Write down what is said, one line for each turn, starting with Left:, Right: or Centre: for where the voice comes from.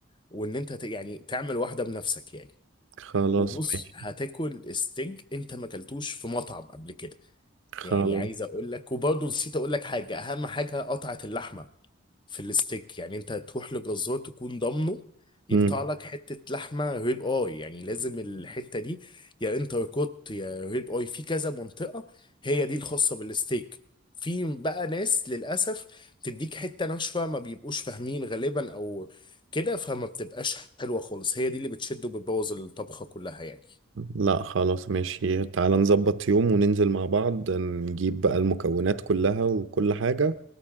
Left: وان انت ت- يعني تعمل واحده بنفسك يعني
Right: خلاص
Left: وبص
Right: ماشي
Left: هتاكل ستيك انت ما اكلتوش في مطعم قبل كده
Right: خلاص
Left: يعني عايز اقول لك وبرضه نسيت اقول لك حاجه اهم حاجه قطعه اللحمه في الستيك يعني انت تروح لجزار تكون ضامنه
Right: مم.
Left: يقطع لك حتة لحمة ريب اي يعني لازم الحتة دي يا انتر كوت يا ريب اي في كذا منطقة هي دي الخاصة بالستيك في بقى ناس للأسف بتديك حتة ناشفة ما بيبقوش فاهمين غالبا أو كده فما بتبقاش حلوة خالص هي دي اللي بتشد وبتبوظ الطبخة كلها يعني
Right: لا خلاص ماشي تعالى نظبط يوم وننزل مع بعض نجيب بقى المكونات كلها وكل حاجة